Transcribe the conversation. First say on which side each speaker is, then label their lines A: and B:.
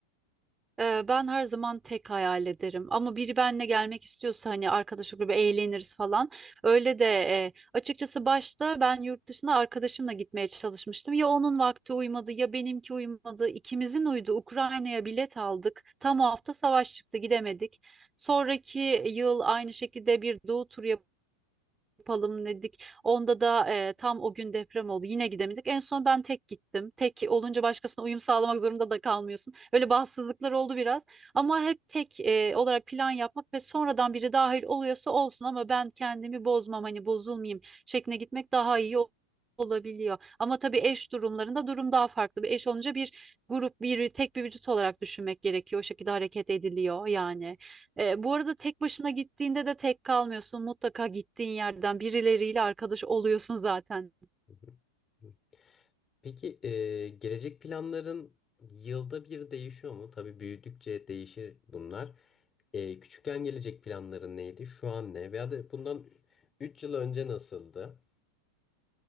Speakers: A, on the right; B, on the left.
A: Ee, Ben her zaman tek hayal ederim ama biri benimle gelmek istiyorsa hani arkadaş grubu eğleniriz falan. Öyle de e, açıkçası başta ben yurt dışına arkadaşımla gitmeye çalışmıştım. Ya onun vakti uymadı ya benimki uymadı. İkimizin uydu. Ukrayna'ya bilet aldık. Tam o hafta savaş çıktı gidemedik. Sonraki yıl aynı şekilde bir doğu turu yapalım dedik. Onda da e, tam o gün deprem oldu. Yine gidemedik. En son ben tek gittim. Tek olunca başkasına uyum sağlamak zorunda da kalmıyorsun. Öyle bahtsızlıklar oldu biraz. Ama hep tek e, olarak plan yapmak ve sonradan biri dahil oluyorsa olsun ama ben kendimi bozmam hani bozulmayayım şekline gitmek daha iyi ol- olabiliyor. Ama tabii eş durumlarında durum daha farklı. Bir eş olunca bir grup, bir tek bir vücut olarak düşünmek gerekiyor. O şekilde hareket ediliyor yani. E, bu arada tek başına gittiğinde de tek kalmıyorsun. Mutlaka gittiğin yerden birileriyle arkadaş oluyorsun zaten.
B: Hı hı. Hı. Peki e, gelecek planların yılda bir değişiyor mu? Tabii büyüdükçe değişir bunlar. E, küçükken gelecek planların neydi? Şu an ne? Veya da bundan 3 yıl önce nasıldı?